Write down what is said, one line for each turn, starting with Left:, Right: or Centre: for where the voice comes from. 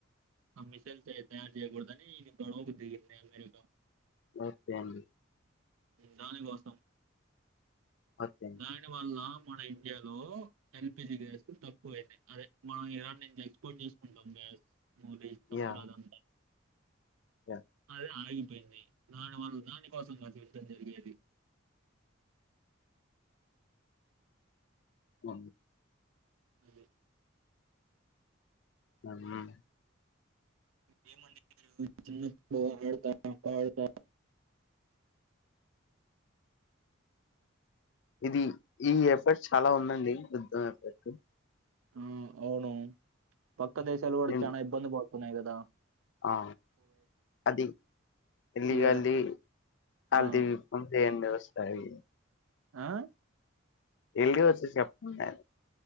Right: ఆ మిసైల్స్ తయారు చేయకూడదని గొడవకు దిగింది అమెరికా
Left: మతే అం
Right: దానికోసం
Left: ఓకే.
Right: రాని వాళ్ళ మన ఇండియాలో ఎల్పిజి గ్యాస్ తక్కువయింది అదే మనం ఇరాన్ నుంచి ఎక్స్పోర్ట్ చేసుకుంటాం గ్యాస్ ములే సమోర
Left: యాహ్!
Right: అలాంత
Left: యాహ్!
Right: మల్ల అయి పోయింది నా వ ద కోస కాసి దందలుది
Left: అ
Right: అది
Left: అవునా
Right: ఏ మడత పాడత
Left: ఇది ఈ ఎఫర్ట్స్ అలా ఉందండి వృద్ధం ఎఫర్ట్స్
Right: హ్మ్ అవును పక్క దేశాలు కూడా
Left: హ్మ్.
Right: చానా ఇబంది పాడు సన్నాయిదదా
Left: ఆ అది ఎలిగాల్లి
Right: ఇవే
Left: అదివిపం
Right: ఆ!
Left: చే వ్యవస్ సరే
Right: ఆ
Left: వెలిగి వచ్చి చెప్పకుండా